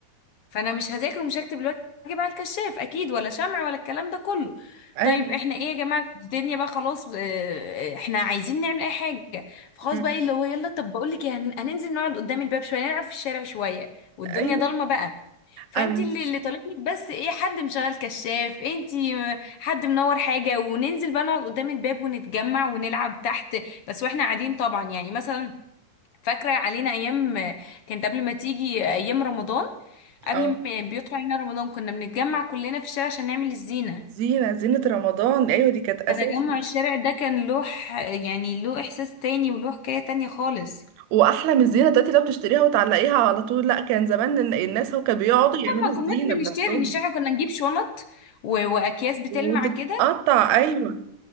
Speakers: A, on the left; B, on the right.
A: فانا مش هذاكر ومش هكتب الواجب على الكشاف اكيد ولا شمع ولا الكلام ده كله
B: ايوه
A: طيب احنا ايه يا جماعه الدنيا بقى خلاص آه، احنا عايزين نعمل اي حاجه فخلاص
B: أمم،
A: بقى إيه اللي هو يلا طب بقول لك إيه، هن- هننزل نقعد قدام الباب شويه نلعب في الشارع شويه والدنيا
B: ايوه
A: ضلمه بقى فانت
B: انا
A: اللي اللي طالب لك بس ايه حد مشغل كشاف انت حد منور حاجه وننزل بقى نقعد قدام الباب ونتجمع ونلعب تحت بس واحنا قاعدين طبعا يعني مثلا فاكرة علينا أيام كانت قبل ما تيجي أيام رمضان قبل
B: اه
A: ما بيطلع علينا رمضان كنا بنتجمع كلنا في الشارع عشان نعمل الزينة
B: زينة زينة رمضان ايوه دي كانت اساسي
A: فتجمع الشارع ده كان له ح- يعني له إحساس تاني وله حكاية تانية خالص
B: واحلى من الزينة دلوقتي لو بتشتريها وتعلقيها على طول لا كان زمان إن- الناس هو كانوا بيقعدوا يعملوا
A: ما
B: الزينة
A: كناش بنشتري
B: بنفسهم
A: نشتري كنا نجيب شنط و- وأكياس بتلمع
B: وتتقطع
A: كده
B: ايوه